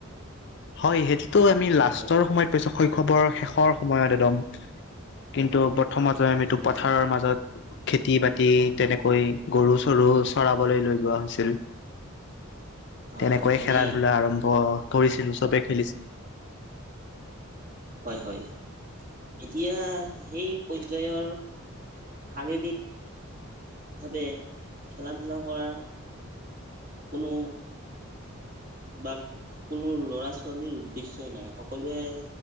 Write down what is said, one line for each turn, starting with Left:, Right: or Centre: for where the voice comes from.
Left: হয়, সেইটোতো আমি লাষ্টৰ
Right: হয়
Left: সময়ত পাইছো। শৈশৱৰ শেষৰ সময়ত একদ, ম কিন্তু প্ৰথমতে
Right: হয়
Left: আমিতো পথাৰৰ মাজত। খেতি- বাতি তেনেকৈ গৰু চৰু চৰাবলৈ লৈ যোৱা হৈছিল।
Right: হয়
Left: তেনেকৈয়ে
Right: হয় আমি
Left: খেলা -ধূলা আৰম্ভ কৰিছিলো, চবে খেলিছিল।
Right: হয়- হয় এতিয়া সেই পৰ্যায়ৰ। শাৰীৰিক ভাৱে খেলা -ধূলা কৰা। কোনো। বা কোনো লৰা- ছোৱালীৰ উদ্দেশ্যই নাই সকলোৱে।